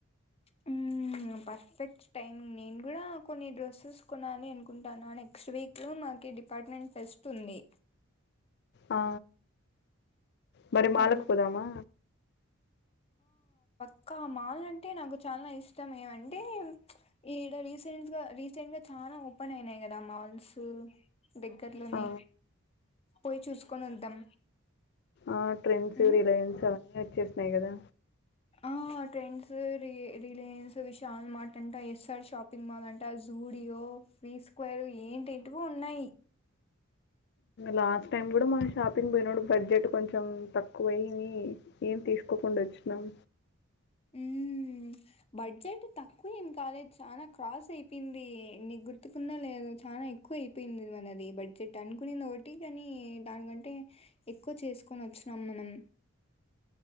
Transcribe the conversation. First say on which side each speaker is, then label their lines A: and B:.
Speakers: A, on the left; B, on the left.
A: హ్మ్ పర్ఫెక్ట్ టైమ్ నేను కూడా కొన్ని డ్రెస్సెస్ కొనాలి అనుకుంటాను నెక్స్ట్ వీక్ మాకి డిపార్ట్మెంట్ ఫెస్ట్ ఉంది
B: ఆ మరి మాలుకు
A: ఆ
B: పోదామా
A: అక్క మాల్ అంటే నాకు చాలా ఇష్టమే ఏమంటే ఈడ రీసెంట్ గా రీసెంట్ గా చానా ఓపెన్ అయినయ్ కదా మాల్స్ దగ్గర్లోనే
B: ఆ,
A: పోయ్ చూసుకొని వద్దాం
B: ఆ ట్రెండ్స్
A: ఉమ్
B: రిలయన్స్ అవన్నీ వచ్చేసా అంతే కదా
A: ఆ ట్రెండ్స్ రి రిలయన్స్ విశాల్ మార్ట్ అంట ఎస్ఆర్ షాపింగ్ మాల్ అంట జూడియో విీ స్క్వేర్ ఎంటీ్టో ఉన్నాయి
B: లాస్ట్ టైం కూడా మనం షాపింగ్ పోయినప్పుడు బడ్జెట్ కొంచెం తక్కువయి ఏం తీసుకోకుండా వచ్చినాం
A: హ్మ్ బడ్జెట్ తక్కువ ఎమ్ కాదు చనా క్రాస్ అయిపోయింది నీకు గుర్తువుందిలేదో చానా ఎక్కువ అయిపోయింది మనది బడ్జెట్ అనుకునింది ఒకటి కాని దానికంటే ఎక్కువ చేసుకొని వచ్చినాం మనం